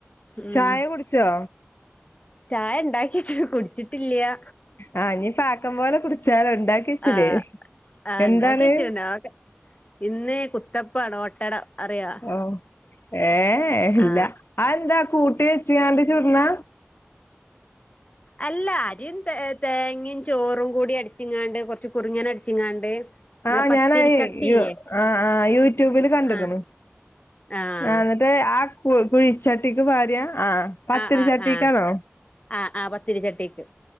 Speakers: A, on the left; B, on the left.
A: ഉം
B: ചായ കുടിച്ചോ?
A: ചായ ഇണ്ടാക്യച്ച്ണ് കുട്ച്ച്ട്ടില്യാ
B: ആ ഇനി പാക്കം പോലെ കുടിച്ചാലോ ഉണ്ടാക്കിച്ചില്ലേ
A: ആ ആ
B: എന്താണ്
A: ഇണ്ടാകെച്ച്ണ് അഒക്കേ ഇന്ന് കുത്തപ്പാണ് ഓട്ടട അറിയൊ
B: ഓ ഏ
A: ആ
B: ഇല്ല ആ എന്താ കൂട്ടി വെച്ച്കാണ്ട് ചുട്ണാ
A: അല്ല അരിയും ത തേങ്ങയും ചോറും കൂടി അടിച്ചിങ്ങാണ്ട് കുറച്ച് കുറിുങ്ങന അടിച്ചിങ്ങാണ്ട് നമ്മളെ
B: ആഹ്
A: പത്തിരിച്ചട്ടില്ലേ
B: ഞാന യ ആ ആ യൂട്യൂബില് കണ്ടക്കണു
A: ആഹ് ആഹ്
B: ആ എന്നിട്ട് ആ കു കുഴിച്ചട്ടിക്ക് ഭാര്യ ആഹ പത്തിരു
A: ആഹ് ആഹ്
B: ചട്ടിിക്കാണോ
A: ആഹ് ആഹ് ആഹ് പത്തിരിച്ചട്ടിക്ക്